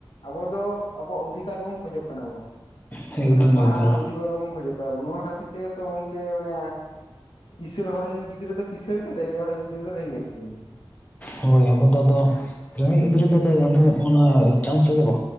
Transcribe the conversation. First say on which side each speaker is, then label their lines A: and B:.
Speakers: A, on the left; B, on the left.
A: ᱟᱵᱚ ᱫᱚ ᱟᱵᱚᱣᱟᱜ ᱚᱫᱷᱤᱠᱟᱨ ᱵᱚᱱ ᱠᱷᱚᱡᱚᱜ ᱠᱟᱱᱟ ᱵᱚᱱ ᱾
B: ᱦᱩᱸ ᱮᱠᱫᱚᱢ
A: ᱢᱟᱱᱮ ᱯᱟᱲᱦᱟᱣ
B: ᱮᱠᱫᱚᱢ
A: ᱨᱮᱱᱟᱜ ᱚᱫᱷᱤᱵᱟᱨ ᱵᱚᱱ ᱠᱷᱚᱡᱚᱜ ᱠᱟᱱᱟ ᱵᱚᱱ, ᱱᱚᱣᱟ ᱠᱷᱟᱹᱛᱤᱨ ᱛᱮᱜᱮ ᱛᱚ ᱜᱚᱝᱠᱮ ᱢᱟᱱᱮ ᱠᱤᱥᱟᱹᱲ ᱦᱚᱲ ᱨᱮᱱ ᱜᱤᱫᱽᱨᱟᱹ ᱫᱚ ᱠᱤᱥᱟᱹᱲ ᱜᱮ ᱨᱮᱸᱜᱮᱡ ᱦᱚᱲ ᱨᱮᱱ ᱜᱤᱫᱽᱨᱟᱹ ᱫᱚ ᱨᱮᱸᱜᱮᱡ ᱜᱮ ᱾
B: ᱦᱳᱭ ᱟᱵᱚ ᱫᱚ ᱟᱫᱚ ᱨᱮᱸᱜᱮᱡ ᱜᱤᱫᱽᱨᱟᱹ ᱫᱚ ᱚᱱᱟ ᱪᱟᱱᱥ ᱜᱮ ᱵᱟ